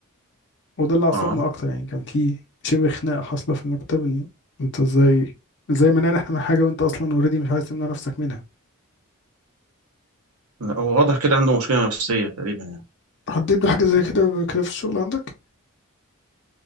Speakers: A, on the left; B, on the right.
A: وده اللي عصبنا
B: اه
A: اكتر يعني كان في شبه خناقه حاصله في المكتب ان انت ازاي ازاي منعنا احنا من حاجه وانت اصلا اوريدي مش عايز تمنع نفسك منها
B: لا، هو واضح كده عنده مشكله نفسيه تقريبا يعني
A: حددت بحاجه زي كده قبل كده في الشغل عندك